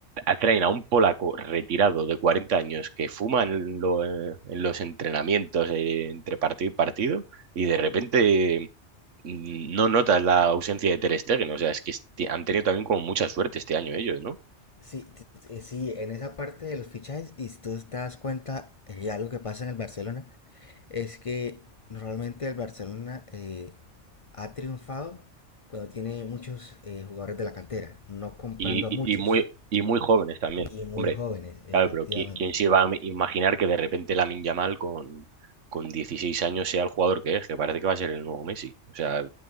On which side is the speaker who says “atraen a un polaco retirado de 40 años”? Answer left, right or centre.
Right